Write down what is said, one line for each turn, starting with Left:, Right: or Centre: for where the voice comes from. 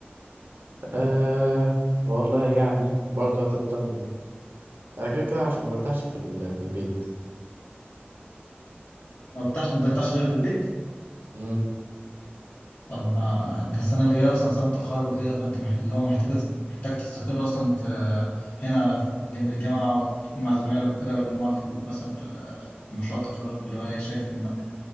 Right: آه والله يعني برضه هتفضل أنا كده كده عشان ما برتاحش في ال... في البيت
Left: ما بترتاحش ما بترتاحش غير في البيت
Right: مم.
Left: طب ما انت السنه اللي جايه اصلا سنه تخرج وكده فانت مح... اللي هو محتاج محتاج تستقر اصلا في هنا في- جنب الجامعه وتكون مع زمايلك وكده اللي هم معاك في ال- مثلا في ال- في مشروع التخرج اللي هو إيه، شايف ان